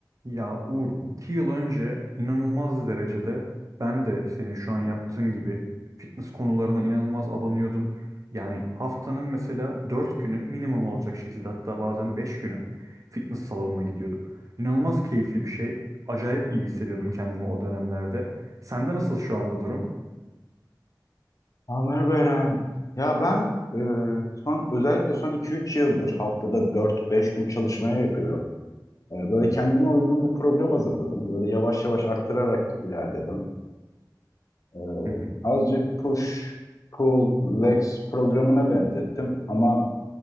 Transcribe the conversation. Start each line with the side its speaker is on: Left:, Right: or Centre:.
Right: Ya Uğur, iki yıl önce inanılmaz derecede ben de senin şu an yaptığın gibi fitness konularına inanılmaz abanıyordum. Yani haftanın mesela dört günü minimum olacak şekilde hatta bazen beş günü fitness salonuna gidiyordum. İnanılmaz keyifli bir şey. Acayip iyi hissediyordum kendimi o dönemlerde. Sende nasıl şu anda durum?
Left: Ha, merhaba Ya ben e, son özellikle son iki üç yıldır haftada dört beş gün çalışmaya yapıyorum. E, böyle kendime uygun bir program hazırladım. Böyle yavaş yavaş arttırarak ilerledim. E,
Right: Hı hı.
Left: azıcık push, pull, legs programına benzettim. Ama